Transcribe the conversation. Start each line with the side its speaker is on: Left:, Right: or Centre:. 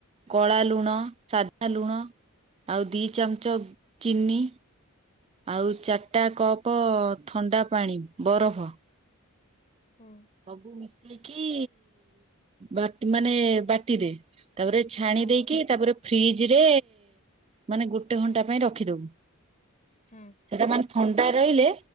Right: କଳା ଲୁଣ ସାଧା ଲୁଣ ଆଉ ଦି ଚାମଚ ଚିନି। ଆଉ ଚାରିଟା କପ ଥଣ୍ଡା ପାଣି ବରଫ।
Left: ହଁ।
Right: ସବୁ ମିଶେଇକି ବା ମାନେ ବାଟିଦେ। ତାପରେ ଛାଣି
Left: ହଁ
Right: ଦେଇକି ତାପରେ ଫ୍ରିଜ ରେ ମାନେ ଗୋଟେ ଘଣ୍ଟା ପାଇଁ ରଖିଦବୁ।
Left: ହଁ।
Right: ସେଟା ମାନେ ଥଣ୍ଡା ରହିଲେ